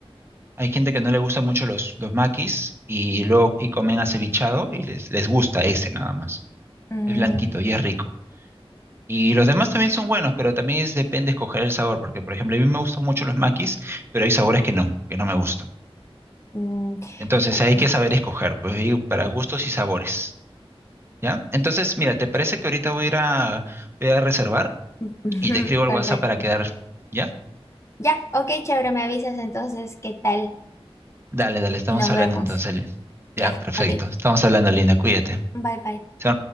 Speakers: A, on the right (about 25°); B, on the left (about 25°).
A: Hay gente que no le gusta mucho los, los makis y luego y comen acevichado y les, les gusta ese nada más.
B: Mm,
A: Es blanquito y es rico. Y los demás también son buenos, pero también es, depende escoger el sabor, porque por ejemplo, a mí me gustan mucho los maquis, pero hay sabores que no, que no me gustan.
B: mm,
A: Entonces
B: ok.
A: hay que saber escoger, pues ahí para gustos y sabores, ¿ya? Entonces, mira, ¿te parece que ahorita voy a ir a, voy a reservar
B: <laughs>
A: y te escribo al
B: Perfecto.
A: WhatsApp para quedar, ¿ya?
B: Ya, ok, chévere, me avisas entonces qué tal
A: Dale, dale, estamos
B: y nos
A: hablando
B: vemos.
A: entonces, Lin.
B: Ya,
A: Ya, perfecto.
B: ok.
A: Estamos hablando, Linda, cuídate.
B: Bye bye.
A: Se-